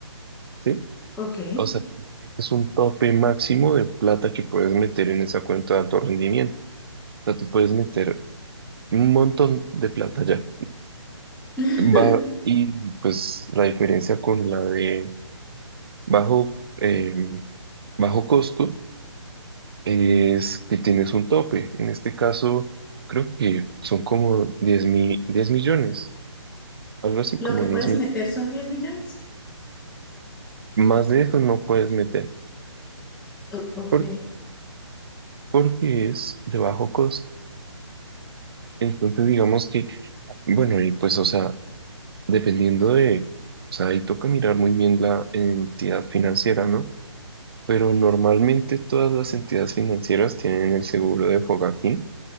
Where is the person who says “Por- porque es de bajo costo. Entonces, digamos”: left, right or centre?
Right